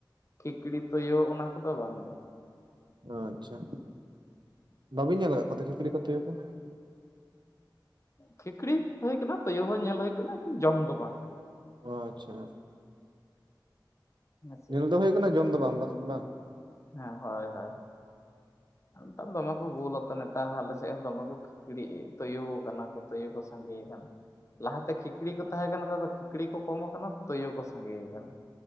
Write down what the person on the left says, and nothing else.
ᱠᱷᱤᱠᱲᱤ ᱛᱳᱭᱳ ᱚᱱᱟ ᱠᱚᱫᱚ ᱵᱟᱝ ᱡᱚᱢ
ᱠᱷᱤᱠᱲᱤ <unintelligible> ᱦᱩᱭ ᱠᱟᱱᱟ ᱛᱩᱭᱩ ᱦᱚᱸ ᱧᱮᱞ ᱦᱩᱭ ᱠᱟᱱᱟ ᱡᱚᱢ ᱫᱚ ᱵᱟᱝ᱾
ᱦᱮᱸᱥᱮ
ᱦᱮᱸ ᱦᱳᱭ ᱦᱳᱭ <inaudible> ᱫᱚᱢᱮ ᱠᱚ ᱜᱳᱞᱟ ᱱᱮᱛᱟᱨ ᱦᱟᱞᱮ ᱥᱮᱫ ᱦᱚᱸ ᱫᱚᱢᱮ ᱠᱚ ᱠᱷᱤᱠᱲᱤᱜ ᱛᱩᱭᱩ ᱟᱠᱟᱱᱟ ᱠᱚ ᱛᱩᱭᱩ ᱠᱚ ᱥᱟᱸᱜᱮ ᱟᱠᱟᱱᱟ᱾ ᱞᱟᱦᱟ ᱛᱮ ᱠᱷᱤᱠᱲᱤ ᱠᱚ ᱛᱟᱦᱮᱸ ᱠᱟᱱᱟ ᱛᱚ ᱫᱚ ᱠᱷᱤᱠᱲᱤ ᱠᱚ ᱠᱚᱢ ᱟᱠᱟᱱᱟ ᱛᱩᱭᱩ ᱠᱚ ᱥᱟᱸᱜᱮ ᱟᱠᱟᱱᱟ᱾